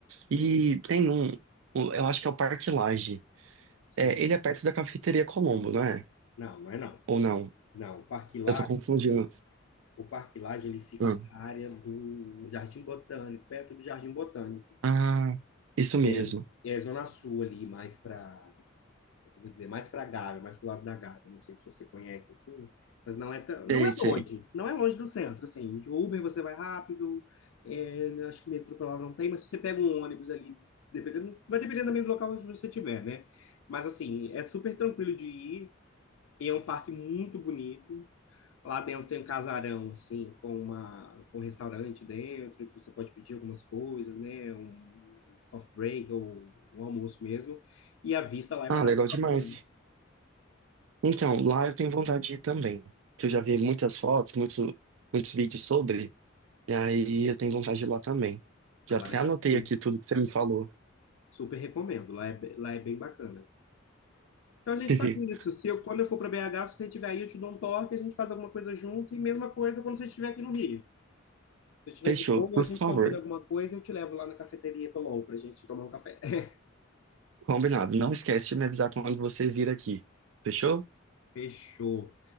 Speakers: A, on the right; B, on the left.
A: E tem um, o- eu acho que é o Parque Lage.
B: Sim.
A: É, ele é perto da Cafeteria Colombo, não é?
B: Não, não é não.
A: Ou não?
B: Não, o Parque Lage,
A: Eu tô confundindo.
B: o Parque Lage, ele fica
A: Ah,
B: para a área do Jardim Botânico, perto do Jardim Botânico.
A: Ah, isso mesmo.
B: É, é Zona Sul ali, mais para eu vou dizer, mais para a Gávea, mais para o lado da Gávea. Não sei se você conhece assim, mas não é tão, não
A: Sei,
B: é
A: sei.
B: longe, não é longe do centro, assim. De Uber você vai rápido, é, acho que metrô para lá não tem, mas se você pega um ônibus ali, dependendo, vai dependendo também do local onde você estiver, né? Mas assim, é super tranquilo de ir, e é um parque muito bonito. Lá dentro tem um casarão, assim, com, uma, com um restaurante dentro, que você pode pedir algumas coisas, né? Um coffee break ou um almoço mesmo. E a vista lá é
A: Ah,
B: maravilhosa
A: legal demais.
B: também.
A: Então, lá eu tenho vontade de ir também. Que eu já vi muitas fotos, muitos, muitos vídeos sobre. E aí eu tenho vontade de ir lá também. Já
B: Ah, lá
A: até
B: eu já
A: anotei
B: fui.
A: aqui tudo que você me falou.
B: Super recomendo. Lá é, be- lá é bem bacana. Então a
A: <laughs>
B: gente faz isso. Se eu, quando eu for para BH, se você estiver aí, eu te dou um toque, a gente faz alguma coisa junto. E mesma coisa quando você estiver aqui no Rio. Se eu estiver
A: Fechou.
B: de boa,
A: Por
B: a gente
A: favor,
B: combina alguma coisa e eu te levo lá na cafeteria Tolol pra gente tomar um café. <laughs>
A: combinado. Não esquece de me avisar quando você vir aqui. Fechou?
B: Fechou.